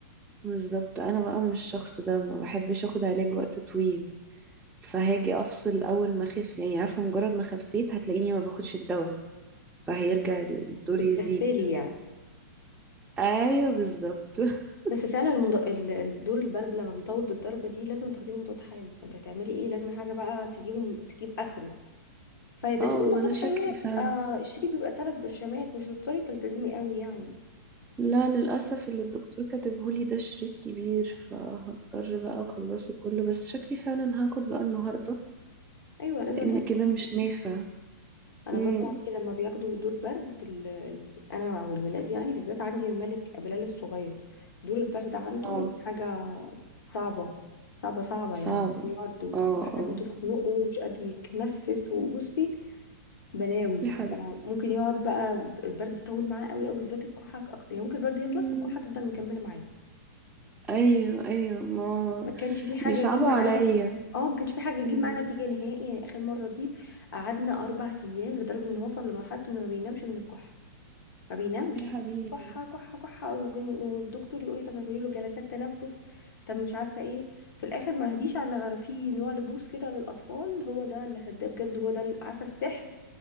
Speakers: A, in the centre; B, on the left.
A: بالظبط انا بقى مش الشخص ده ما بحبش اخد علاج وقت طويل فهاجي افصل اول ما اخف يعني عارفه مجرد ما خفيت هتلاقيني ما باخدش الدواء فهيرجع الدور
B: بتكفلي
A: يزيد
B: يعني
A: ايوه بالظبط <laughs>
B: بس فعلا المض... ال- ال- دور البرد لما بيطول بالدرجه دي لازم تاخدي له مضاد حيوي انت هتعملي ايه لازم حاجه بقى تجيبه م- تجيب اخره فده
A: اه
B: في مضادات
A: ما انا شكلي
B: حيويه بتبقى
A: فعلا
B: الشريط بيبقى ثلاث برشامات مش هتضطري تلتزمي قوي يعني
A: لا للاسف اللي الدكتور كاتبهولي ده شريط كبير فهضطر
B: مم.
A: بقى اخلصه كله بس شكلي فعلا هاخد بقى النهارده
B: ايوه لازم
A: لان
B: تعملي
A: كده مش
B: كده.
A: نافع
B: انا
A: امم
B: برضو عندي لما بياخدوا دور برد ال... ال- انا او الولاد يعني بالذات عندي الملك بلال الصغير دور البرد عنده
A: اه
B: يعني حاجه صعبه صعبه صعبه
A: صعبة
B: يعني بيقعد وبتكح
A: اه اه
B: دي تخنقه ومش قادر يتنفس وبصي بلاوي
A: يا حبيبي
B: ممكن يقعد بقى البرد يطول معاه قوي قوي بالذات الكحه اكتر يعني ممكن البرد يخلص
A: مم.
B: والكحه تفضل مكمله معاه
A: ايوه ايوه ما
B: ما كانش في حاجه
A: بيصعبوا
B: تجيب معاه
A: عليا
B: اه ما كانش في حاجه تجيب
A: مم.
B: معاه نتيجه نهائي يعني اخر مره دي قعدنا اربع ايام لدرجه انه وصل لمرحله انه ما بينامش من الكحه ما بينامش
A: يا حبيبي
B: كحه كحه كحه والجن- والدكتور يقول لي طب اعملي له جلسات تنفس طب مش عارفه ايه في الاخر ما هديش على غير في نوع لبوس كده للاطفال هو ده اللي هداه بجد هو ده اللي- عارفه السحر